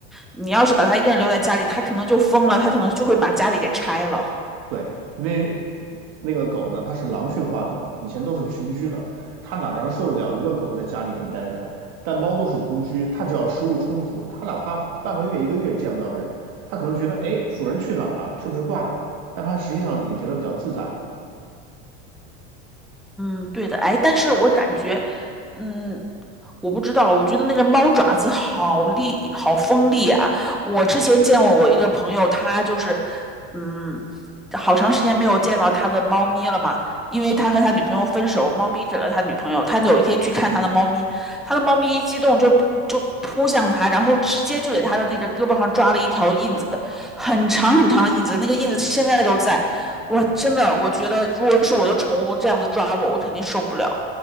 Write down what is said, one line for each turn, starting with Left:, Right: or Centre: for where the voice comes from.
Centre: 你要是把它一个人留在家里，它可能就疯了，它可能就会把家里给拆了。
Right: 对，因为那个狗呢，它是狼驯化的嘛，以前都是群居的，它哪能受得了一个狗在家里面待着呀？但猫都是独居，它只要食物充足，它哪怕半个月、一个月见不到人，它可能觉得，哎，主人去哪儿了？是不是挂了？但它实际上也觉得比较自在了。
Centre: 嗯，对的，哎，但是我感觉，嗯，我不知道，我觉得那个猫爪子好利，好锋利啊！我之前见过我一个朋友，他就是，嗯，好长时间没有见到他的猫咪了嘛，因为他和他女朋友分手，猫咪给了他女朋友，他有一天去看他的猫咪，他的猫咪一激动就就扑向他，然后直接就给他的那个胳膊上抓了一条印子，很长很长的印子，那个印子现在都在。我真的，我觉得如果是我的宠物这样子抓我，我肯定受不了，